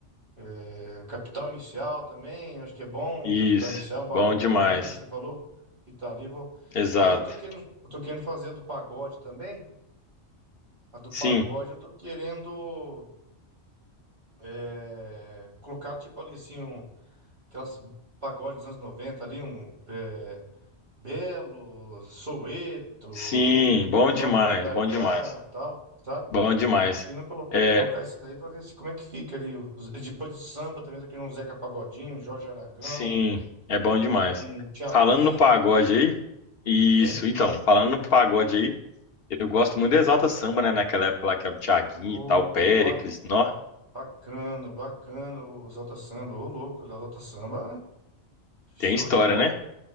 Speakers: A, on the right; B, on the left.
A: É, Capital Inicial também, acho que é bom.
B: Isso,
A: Capital Inicial, um Barão
B: bom demais.
A: Vermelho, que você falou. Rita Lee, vou...
B: Exato.
A: Aí eu tô querendo, eu tô querendo fazer a do pagode também. A do
B: Sim,
A: pagode eu tô querendo é, colocar tipo ali assim, um, aquelas pagodes dos anos 90 ali, um é, Belo, Soweto,
B: sim, bom demais,
A: Só pra Contrariar,
B: bom demais,
A: tal, sabe?
B: bom demais.
A: Tô querendo colo-
B: É,
A: colocar isso daí pra ver se, como é que fica ali. os- Depois de samba também, tô querendo um Zeca Pagodinho, um Jorge Aragão.
B: sim, é bom demais.
A: Um, um Thiaguinho.
B: Falando no pagode aí, isso,
A: Sim.
B: então, falando no pagode aí, eu gosto muito do Exalta Samba, né? Naquela época lá que era o Thiaguinho
A: Ô,
B: e tal, Péricles,
A: ba-
B: nó,
A: bacana, bacana o Exalta Samba. Ô, louco, o Exalta Samba, show
B: tem história,
A: de bola.
B: né?